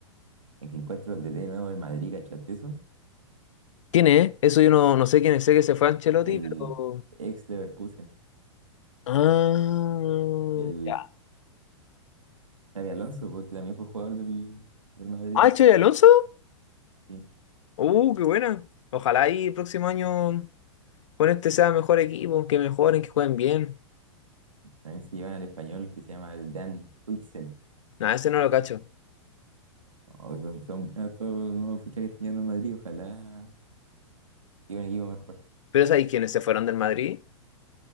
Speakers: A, on the right (about 85°); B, on the left (about 75°).
A: El que encuentro el DT nuevo del Madrid, ¿cachaste eso?
B: ¿Quién es? Eso yo no, no sé quién es, sé que se fue Ancelotti,
A: El
B: pero.
A: ex Leverkusen.
B: Ah,
A: El
B: ya.
A: Xabi Alonso, porque también fue jugador del, del Madrid.
B: ¿Ah, el Xabi Alonso?
A: Sí.
B: Uh, qué buena. Ojalá y el próximo año con este sea mejor equipo, que mejoren, que jueguen bien.
A: También se llevan al español que se llama el Dan Huijsen.
B: Nada, ese no lo cacho.
A: No, son son buenos todos los nuevos fichajes que están llegando al Madrid. Ojalá llegue un equipo mejor.
B: Pero ¿sabéis quiénes se fueron del Madrid?